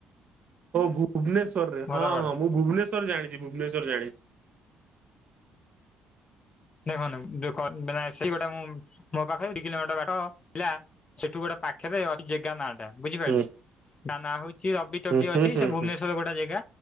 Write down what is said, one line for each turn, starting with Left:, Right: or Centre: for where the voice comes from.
Right: ଓ ଭୁବନେଶ୍ଵର ରେ
Left: ଘରଗଡ।
Right: ହଁ ହଁ ମୁଁ ଭୁବନେଶ୍ଵର ଜାଣିଛି ଭୁବନେଶ୍ଵର ଜାଣିଚି।
Left: <unintelligible> ସେଠୁ ଗୋଟେ ପାଖରେ ଅଛି ଜେଗା ନାଁ ଟା। ବୁଝିପାରିଲୁ
Right: ହୁଁ
Left: ତା ନା ହଉଛି ରବି ତଗି
Right: ହୁଁ
Left: ଅଛି
Right: ହୁଁ ହୁଁ
Left: ସେ ଭୁବନେଶ୍ଵର
Right: ହୁଁ
Left: ଗୋଟେ ଜାଗା